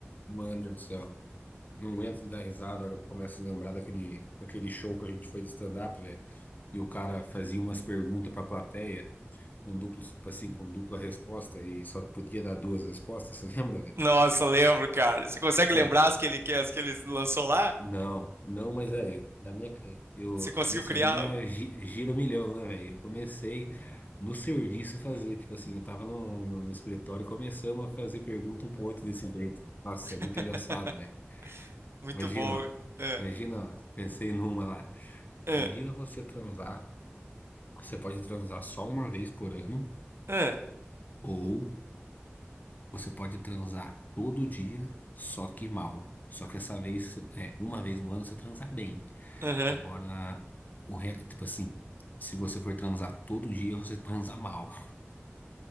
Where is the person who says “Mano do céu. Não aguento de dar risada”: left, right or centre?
Left